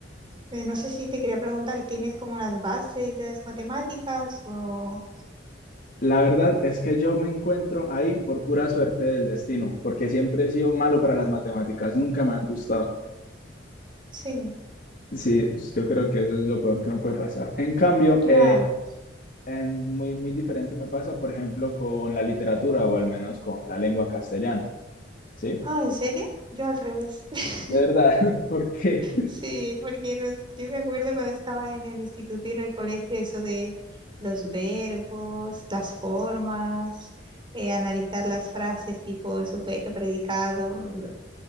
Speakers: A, on the right; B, on the left.
A: eh, no sé si te quería preguntar, ¿tienes como las bases de las matemáticas o...?
B: La verdad es que yo me encuentro ahí por pura suerte del destino, porque siempre he sido malo para las matemáticas, nunca me han gustado.
A: Sí.
B: Sí, yo creo que eso es lo peor que me puede pasar. En cambio,
A: Claro.
B: eh, en muy, muy diferente me pasa, por ejemplo, con la literatura o al menos con la lengua castellana, ¿sí?
A: Ah, ¿en serio? Yo al revés. <laughs>
B: De verdad, <laughs> porque
A: Sí, porque no- yo me acuerdo cuando estaba en el instituto y en el colegio, eso de los verbos, las formas, eh, analizar las frases tipo sujeto, predicado. no-